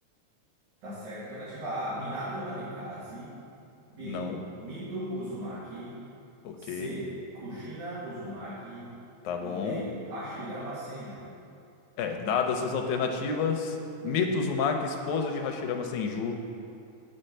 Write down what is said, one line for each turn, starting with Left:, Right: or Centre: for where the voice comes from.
Right: Tá certo. Alternativa A: Minato Namikaze. B:
Left: Não.
Right: Mito Uzumaki.
Left: Ok.
Right: C: Kushina Uzumaki.
Left: Tá
Right: Ou
Left: bom.
Right: D: Hashirama Senju.
Left: É, dadas as alternativas, Mito Uzumaki, esposa de Hashirama Senju.